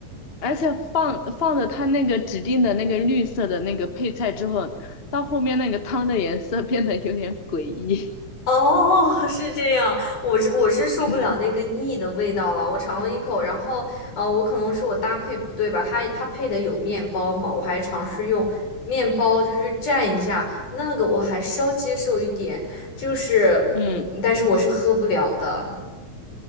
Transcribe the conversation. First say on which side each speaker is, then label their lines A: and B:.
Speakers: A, on the left; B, on the left.
A: 而且放放的它那个指定的那个绿色的那个配菜之后，到后面那个汤的颜色变得有点诡异。
B: 哦，<laughs> 是这样，我是我是受不了那个腻的味道了。
A: <laughs> 嗯
B: 我尝了一口，然后呃，我可能是我搭配不对吧，它它配的有面包嘛，我还尝试用面包就是蘸一下，那个我还稍接受一点，就是嗯，
A: 嗯
B: 但是我是喝不了的。